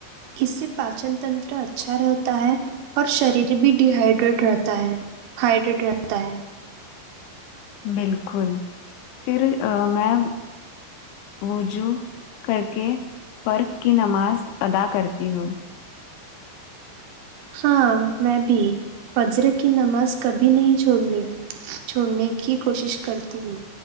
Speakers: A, on the right; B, on the left.
A: اس سے پاچن تنتر اچھا رہتا ہے اور شریر بھی ڈ ہائیڈریٹ رہتا ہے ہائیڈریٹ رہتا ہے
B: بالکل پھر ا میں وجو کر کے فرق کی نماز ادا کرتی ہوں
A: ہاں میں بھی فجر کی نماز کبھی نہیں چھوڑنے چھوڑنے کی کوشش کرتی ہوں